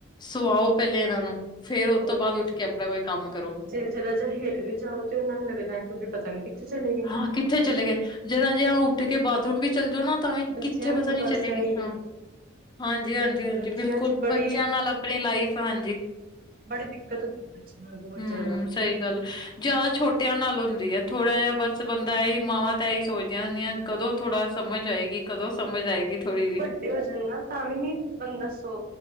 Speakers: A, on the left (about 20°); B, on the right (about 45°).
A: ਸਵਾਓ ਪਹਿਲੇ ਇਹਨਾਂ ਨੂੰ, ਫੇਰ ਉਹ
B: ਉਹੀ
A: ਤੋਂ ਬਾਅਦ ਉੱਠ ਕੇ ਆਪਣਾ ਕੋਈ ਕੰਮ ਕਰੋ।
B: ਤੇ ਜਰਾ ਜੇ ਹੇਲ ਵੀ ਜਾਓ ਤੇ ਉਹਨਾ ਨੂੰ ਲੱਗਦਾ, ਕੇ ਕਿੱਥੇ ਚਲੇ ਗਏ ਨੇ
A: ਹਾਂ
B: ਮਂਮਾ
A: ਕਿੱਥੇ ਚਲੇ ਗਏ, ਜਦ ਅ ਜੇ ਹ ਉੱਠ ਕੇ ਬਾਥਰੂਮ ਵੀ ਚੱਲ ਜਾਓ ਨਾ ਤਾਂ ਵੀ
B: ਬੱਚਿਆਂ
A: ਕਿੱਥੇ ਪਤਾ
B: ਚ ਤਾਂ
A: ਨੀ
B: ਬਸ
A: ਚਲੇਗੀ,
B: ਇਹੀ
A: ਹਾਂ
B: ਹੈ
A: ਹਾਂਜੀ ਹਾਂਜੀ ਹਾਂਜੀ,
B: ਬੱਚਿਆਂ
A: ਬਿਲਕੁਲ
B: ਚ ਬੜੀ
A: ਬੱਚਿਆਂ ਨਾਲ ਆਪਣੀ ਲਾਈਫ ਹਾਂਜੀ
B: ਬੜੀ ਦਿੱਕਤ ਹੁੰਦੀ, ਬੱਚੇ ਨਾਲ ਬਹੁਤ
A: ਹੂੰ,
B: ਜ਼ਿਆਦਾ
A: ਸਹੀ ਗੱਲ ਜ਼ਿਆਦਾ ਛੋਟਿਆਂ ਨਾਲ ਹੁੰਦੀ ਹੈ, ਥੋੜ੍ਹਾ ਜਿਹਾ ਬਸ ਬੰਦਾ ਇਹੀ, ਮਾਵਾਂ ਤਾਂ ਇਹੀ ਸੋਚਦੀਆਂ ਹੁੰਦੀਆਂ ਕਦੋਂ ਥੋੜਾ ਸਮਝ ਆਏਗੀ। ਕਦੋਂ ਸਮਝ ਆਏਗੀ ਥੋੜ੍ਹੀ ਜਿਹੀ
B: ਹੋਜ ਨਾ ਤਾਂ ਵੀ ਨੀ, ਬੰਦਾ ਸੋ